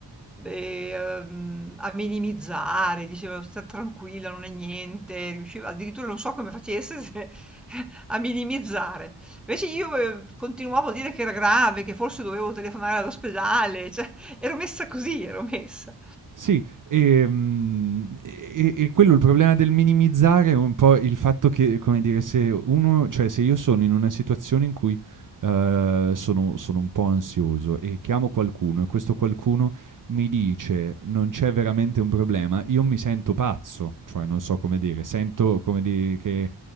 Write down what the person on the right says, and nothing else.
Sì, ehm, e e quello il problema del minimizzare è un po' il fatto che, come dire, se uno cioè se io sono in una situazione in cui, uhm, sono sono un po' ansioso e chiamo qualcuno e questo qualcuno mi dice: "Non c'è veramente un problema", io mi sento pazzo, cioè non so come dire, sento come di che